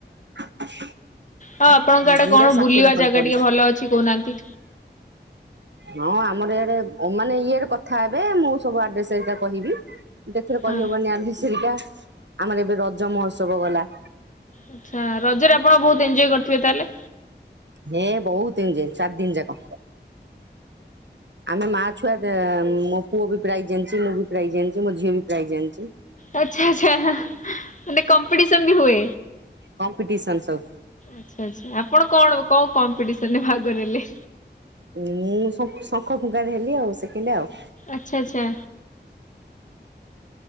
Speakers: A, on the right; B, on the left.
A: <inaudible>
B: ହ ଆପଣଙ୍କ ଆଡେ
A: ଜିରୋ
B: କଣ
A: ସାତଟା
B: ବୁଲିବା
A: ଖଣ୍ଡେ
B: ଜାଗା
A: ପଡିଛି।
B: ଟିକେ ଭଲ ଅଛି କହୁନାହାନ୍ତି।
A: ହଁ ଆମର ଇଆଡେ ମାନେ ଇଏରେ କଥା ହେବେ ମୁଁ ସବୁ ଆଡ୍ରେସ ହେରିକା କହିବି। ଏଥେରେ କହିହବନି
B: ହଁ
A: ଆଡ୍ରେସେ ହେରିକା ଆମର ଏବେ ରଜ ମହୋତ୍ସବ ଗଲା
B: ଆଛା ରଜରେ ଆପଣ ବହୁତ ଏଞୟ କରିଥିବେ ତାହେଲେ
A: ହେ ବହୁତ ଏଞୟ ଚାରିଦିନି ଯାକ ଆମେ ମା ଛୁଆ ଛୁଆଟା ମୋ ପୁଅ ବି ପ୍ରାଇଜ୍‌ ଆଣିଚି ମୁଁ ବି ପ୍ରାଇଜ ଆଣିଚି ମୋ ଝିଅ ବି ପ୍ରାଇଜ ଆଣିଚି ।
B: ଆଛା ଆଛା ମାନେ କମ୍ପିଟିସନ ବି ହୁଏ।
A: କମ୍ପିଟିସନ ସବୁ
B: ଆଛା ଆଛା ଆପଣ କଣ କଉ କମ୍ପିଟିସନ ରେ ଭାଗ ରେ ନେଲେ
A: ମୁଁ ଶଙ୍କ ଶଙ୍ଖ ଫୁଙ୍କାରେ ହେଲି ଆଉ ସେକେଣ୍ଟ ଆଉ।
B: ଆଛା ଆଛା।